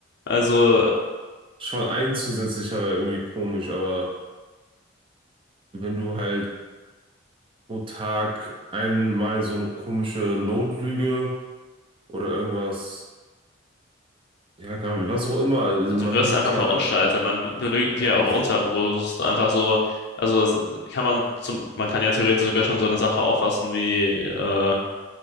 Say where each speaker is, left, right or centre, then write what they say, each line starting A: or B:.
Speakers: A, on the left; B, on the right.
A: Also,
B: schon ein zusätzlicher wäre irgendwie komisch, aber wenn du halt pro Tag einmal so eine komische Notlüge oder irgendwas, ja, gra- was auch immer, also
A: du
B: man
A: wirst
B: lügt
A: einfach
B: ja,
A: verunstaltet. Man belügt
B: ja,
A: hier auch
B: das-
A: unterbewusst einfach so. Also s- kann man zum, man kann ja theoretisch sogar schon so eine Sache auffassen wie, äh,